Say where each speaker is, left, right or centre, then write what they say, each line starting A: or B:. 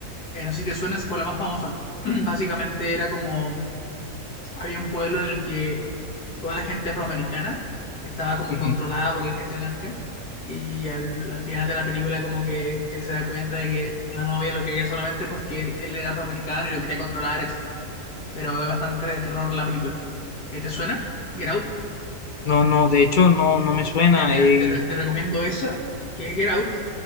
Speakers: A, on the left (about 85°); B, on the left (about 40°).
A: Eh, no sé si te suena, esa fue la más famosa. <clears throat> Básicamente era como Había un pueblo en el que toda la gente afroamericana estaba como
B: Ujú.
A: controlada por la gente blanca y al, al final de la película como que él se da cuenta de que la novia lo quería solamente porque él, él era afroamericano y lo quería controlar, etcétera. Pero es bastante de terror la película. ¿Eh, ¿Te suena? Get Out.
B: No, no, de hecho, no, no me suena.
A: Ya mira,
B: eh,
A: te, re- te recomiendo esa, que es Get Out.